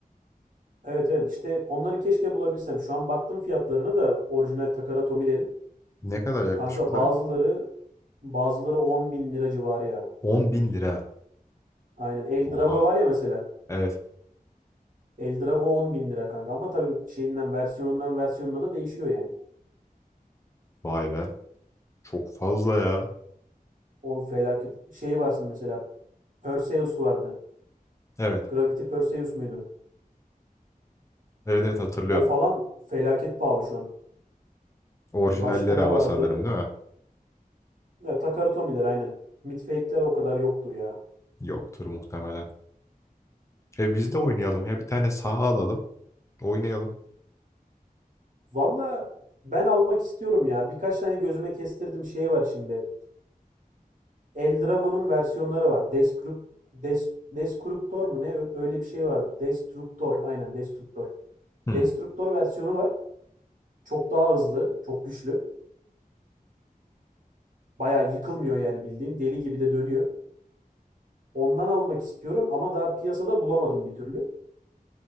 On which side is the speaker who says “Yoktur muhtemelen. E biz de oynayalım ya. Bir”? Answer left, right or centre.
Left